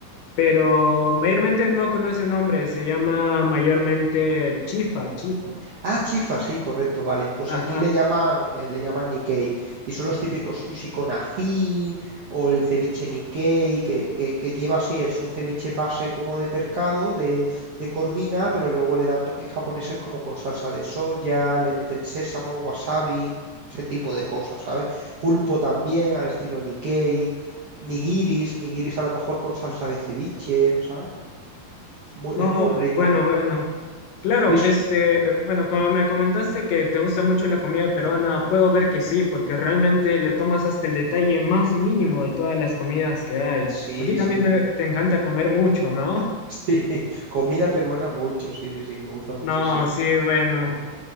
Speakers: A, on the left; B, on the right.
A: pero mayormente no con ese nombre, se llama mayormente chifa, chifa.
B: Ah, chifa, sí, correcto, vale. Pues
A: Ajá.
B: aquí le llaman, eh, le llaman Nikkei. Y son los típicos sushi con ají o el ceviche Nikkei, que, que, que lleva así, es un ceviche base como de pescado, de, de corvina, pero luego le dan toques japoneses como con salsa de soya, le meten sésamo, wasabi, ese tipo de cosas, ¿sabes? Pulpo también al estilo Nikkei, nigiris, nigiris a lo mejor con salsa de ceviche, ¿sabes? Muy,
A: No,
B: es muy rico.
A: bueno, bueno. Claro,
B: Vis-
A: este, bueno, como me comentaste que te gusta mucho la comida peruana, puedo ver que sí, porque realmente le tomas hasta el detalle más mínimo de todas las comidas que hay.
B: Sí,
A: A ti también
B: sí.
A: te, te encanta comer mucho, ¿no?
B: Sí, <laughs> comida peruana mucho, sí, sí, sí, me gusta muchísimo.
A: No, sí, bueno,